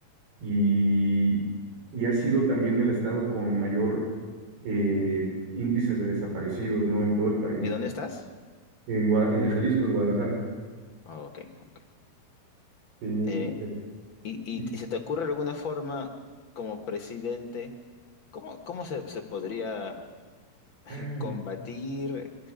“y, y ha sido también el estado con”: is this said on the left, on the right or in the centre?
Right